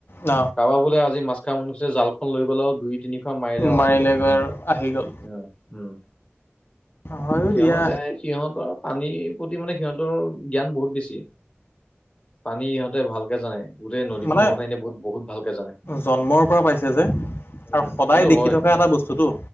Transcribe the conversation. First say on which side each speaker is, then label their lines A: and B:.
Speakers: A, on the left; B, on the left.
A: ন
B: কাৰোবাৰ বোলে আজি মাছখা মানে জাল খ লৈ গলেও দুই তিনিশ মাইলেও
A: মাৰিলেগৈ
B: আহিলে
A: আৰু আহি গ'ল
B: উ
A: হয়ো
B: সিহতে
A: দিয়া
B: সিহঁতৰ পানীৰ প্ৰতি মানে সিহঁতৰ জ্ঞান বহুত বেছি, পানী সিহঁতে ভালকে জানে গোটেই নদীখনৰ
A: মানে
B: কথা এনে বুত বহুত ভালকে জানে।
A: জন্মৰ পৰা পাইছে যে আৰু
B: উম
A: সদায়
B: সেইটো
A: দেখি
B: হয়
A: থকা এটা বস্তুতটো